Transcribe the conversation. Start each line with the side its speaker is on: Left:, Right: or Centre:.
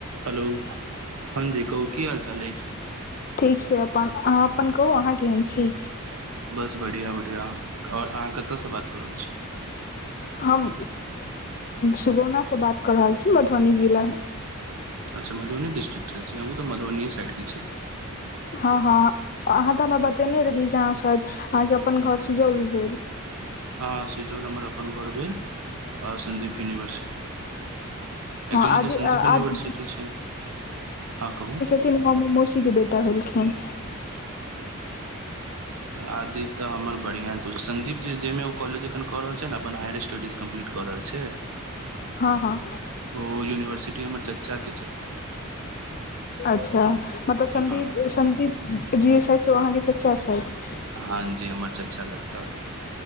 Right: Hello हँ जी कहू कि हाल चाल अछि।
Left: ठीक छै अपन अहाँ अपन कहू अहाँ केहन छी।
Right: बस बढ़िआँ बढ़िआँ आओर अहाँ कतयसँ बातऽ रहल छी।
Left: हम सुगौनाँ बात कऽ रहल छी मधुबनी जिलामे।
Right: अच्छा मधुबनी डीसट्रिक हम त मधुबनी स साइड के कि छी।
Left: हँ हँ अहाँ तऽ हमरा बतेने रही जे अहाँ शाय अहाँके अपन घर स जरर भेल।
Right: हा सिजोल हमर अपन घर भेल सदीप यूनिवर्सिटी।
Left: हँ
Right: एक्चुअली
Left: आदि
Right: जे सन्दीप
Left: आदि
Right: यूनिवर्सिटी छै हँ कहू,
Left: हम मौसी के बेटा भेललखिन।
Right: आदित तऽ हमर बढ़िआँ द सन्दीप जी जाहिमे ओ कॉलेज एखन क रहल छै ने अपन हायर स्टडीज। कम्प्लीट कऽ रहल छै।
Left: हँ हँ
Right: ओ यूनिवर्सिटी हमर चाचाके छथि।
Left: अच्छा मतलब सदीप
Right: हँ
Left: सदीप जी छथि, से ओ अहाँकेँ चचा छथि।
Right: हँ जी हमर चाचा अच्छा लगतउ